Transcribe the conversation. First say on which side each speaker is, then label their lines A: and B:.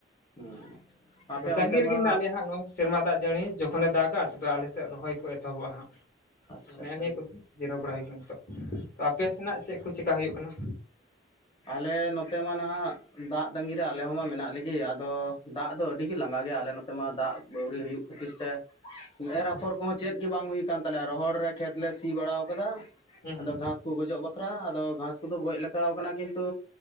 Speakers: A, on the left; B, on the left.
A: ᱦᱩᱸ
B: ᱾
A: ᱟᱯᱮ
B: ᱟᱫᱚ ᱛᱟᱺᱜᱤ
A: ᱚᱱᱛᱮ
B: ᱨᱮᱜᱮ,
A: ᱢᱟ
B: ᱢᱮᱱᱟᱜ ᱞᱮᱭᱟ ᱦᱟᱸᱜ, ᱱᱚᱜᱼᱚᱭ ᱾ ᱥᱮᱨᱢᱟ ᱫᱟᱜ ᱡᱟᱹᱲᱤ, ᱡᱚᱠᱷᱚᱱᱮ ᱫᱟᱜᱟ ᱛᱚᱵᱮ, ᱟᱞᱮ ᱥᱮᱫ ᱨᱚᱦᱚᱭ ᱠᱚ, ᱮᱛᱚᱦᱚᱵᱚᱜᱼᱟ ᱦᱟᱸᱜ,
A: ᱟᱪᱪᱷᱟ
B: ᱱᱮᱜᱼᱮ
A: ᱟᱪᱪᱷᱟ
B: ᱱᱤᱭᱟᱹ ᱠᱚᱜᱮ ᱾ ᱡᱤᱨᱟᱹᱣ ᱵᱟᱲᱟ, ᱦᱩᱭ ᱟᱠᱟᱱᱟ ᱱᱤᱛᱚᱜ ᱾ ᱛᱚ, ᱟᱯᱮ ᱥᱮᱱᱟᱜ ᱪᱮᱫ ᱠᱚ, ᱪᱮᱠᱟ ᱦᱩᱭᱩᱜ ᱠᱟᱱᱟ?
A: ᱟᱞᱮ ᱱᱚᱛᱮ ᱢᱟ ᱱᱷᱟᱜ, ᱫᱟᱜ ᱛᱟᱸᱜᱤ ᱨᱮ, ᱟᱞᱮ ᱢᱟ ᱢᱮᱱᱟᱜ ᱞᱮᱜᱮ, ᱟᱫᱚ ᱫᱟᱜ ᱫᱚ ᱟᱹᱰᱤ ᱜᱮ, ᱞᱟᱸᱜᱟ ᱜᱮᱭᱟ ᱾ ᱟᱞᱮ ᱱᱚᱛᱮ ᱢᱟ, ᱫᱟᱜ ᱵᱟᱹᱣᱨᱤ ᱦᱩᱭᱩᱜ ᱠᱷᱟᱹᱛᱤᱨ ᱛᱮ, ᱮᱨ ᱟᱯᱷᱚᱨ
B: ᱟᱪᱪᱷᱟ
A: ᱠᱚᱦᱚᱸ ᱪᱮᱫ ᱜᱮ, ᱵᱟᱝ ᱦᱩᱭ ᱠᱟᱱ ᱛᱟᱞᱮᱭᱟ ᱾ ᱨᱚᱦᱚᱲ ᱨᱮ ᱠᱷᱮᱛ ᱞᱮ ᱥᱤ ᱵᱟᱲᱟᱣ ᱟᱠᱟᱫᱟ,
B: ᱦᱩᱸ
A: ᱟᱫᱚ
B: ᱦᱩᱸ
A: ᱜᱷᱟᱸᱥ ᱠᱚ ᱜᱚᱡᱚᱜ ᱯᱨᱟ ᱟᱫᱚ, ᱜᱷᱟᱥ ᱠᱚᱫᱚ ᱜᱚᱡ ᱞᱮᱠᱟᱶ ᱟᱠᱟᱱᱟ, ᱠᱤᱱᱛᱩ